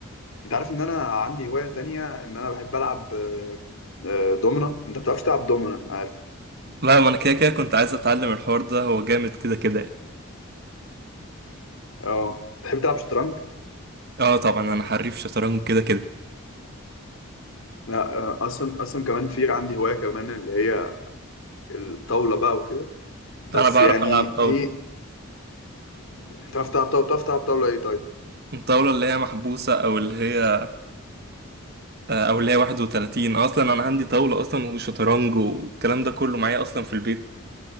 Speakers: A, on the left; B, on the right.
A: انت عارف ان انا عندي هوايه تانية ان انا بحب العب آه... آه، دومنا انت ما بتعرفش تلعب دومنا انا عارف
B: لا ما انا كده كده كنت عايز اتعلم الحوار ده هو جامد كده كده يعني.
A: اه تحب تلعب شطرنج
B: اه طبعا انا حريف شطرنج كده كده
A: لا آه، اصلا اصلا كمان في عندي هوايه كمان اللي هي الطاولة بقى وكده بس
B: انا بعرف
A: يعني
B: العب طاولة
A: ايه بتعرف تلعب طاولة بتعرف تلعب طاولة ايه طيب؟
B: الطاولة اللي هي محبوسة او اللي هي آه، او اللي هي 31 اصلا انا عندي طاولة اصلا وشطرنج والكلام ده كله معايا اصلا في البيت